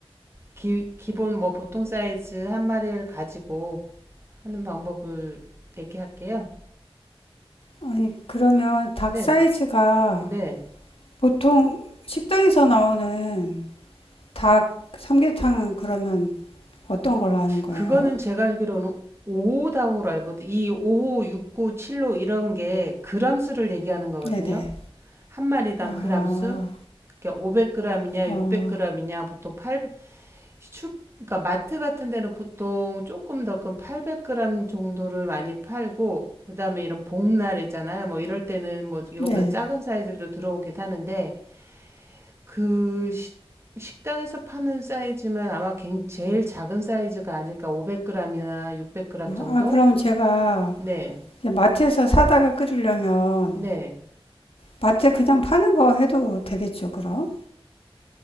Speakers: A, on the right; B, on the left.
A: 기, 기본 뭐 보통 사이즈 한 마리를 가지고 하는 방법을 얘기할게요.
B: 아니, 그러면 닭
A: 네네.
B: 사이즈가
A: 네.
B: 보통 식당에서 나오는 닭 삼계탕은 그러면 어떤 걸로 하는 거예요?
A: 그거는 제가 알기로는 5호다우로 알거든. 이 5호, 6호, 7호 이런 게 그람수를 얘기하는 거거든요.
B: 네네.
A: 한 마리당
B: 아,
A: 그람수. 그러니까 500g이냐,
B: 어,
A: 600g이냐, 보통 800, 슈, 그러니까 마트 같은 데는 보통 조금 더 큰 800g 정도를 많이 팔고, 그다음에 이런 복날 있잖아요. 뭐 이럴 때는 뭐 이거보다
B: 네.
A: 작은 사이즈도 들어오긴 하는데, 그 시- 식당에서 파는 사이즈면 아마 굉- 제일 작은 사이즈가 아닐까. 500g이나 600g 정도?
B: 아, 그럼 제가
A: 네.
B: 마트에서 사다가 끓이려면
A: 네.
B: 마트에 그냥 파는 거 해도 되겠죠, 그럼?